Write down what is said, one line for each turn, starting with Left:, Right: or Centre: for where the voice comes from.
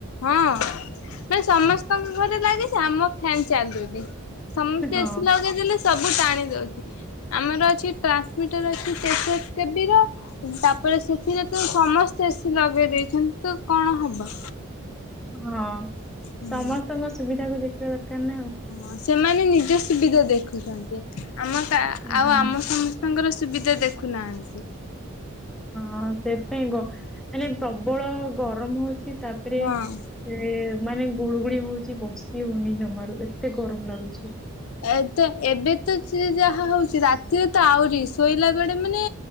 Left: ହଁ ମାନ ସମସ୍ତଙ୍କ ଘରେ ଲାଗିଛି, ଆମ ଫ୍ୟାନ ଚାଲୁନି ସମସ୍ତେ
Centre: ହଁ
Left: ଏସି ଲଗେଇ ଦେଲେ ସବୁ ଟାଣି ଦଉଛି ଆମର ଅଛି ଟ୍ରାନ୍ସମିଟର ଅଛି କେବି ର ତାପରେ ସେଥିରେ ତୁ ସମସ୍ତେ ଏସି ଲଗେଇ ଦେଇଛନ୍ତି ତ କଣ ହବ?
Centre: ହଁ
Left: ହଁ
Centre: ସମସ୍ତଙ୍କ ସୁବିଧା କୁ ଦେଖିବା ଦରକାର ନା ଆଉ।
Left: ହଁ ସେମାନେ ନିଜ ସୁବିଧା ଦେଖୁଛନ୍ତି ଆମ ତା
Centre: ହୁଁ
Left: ଆଉ
Centre: ହୁଁ।
Left: ଆମ ସମ ତାଙ୍କର ସୁବିଧା ଦେଖୁନାହାନ୍ତି।
Centre: ହଁ ସେଥିପାଇଁ ଗ ମାନେ ପ୍ରବଳ ଗରମ ହଉଛି ତାପରେ
Left: ହଁ।
Centre: ସେ ମାନେ ଗୁଳୁଗୁଳି ହଉଛି ବସି ହଉନି ଜମାରୁ ଏତେ ଗରମ ଲାଗୁଛି।
Left: ଏତେ ଏବେ ତ ସେ ଯାହା ହଉଛି ରାତିରେ ତ ଆହୁରି ଶୋଇଲା ବେଳେ ମାନେ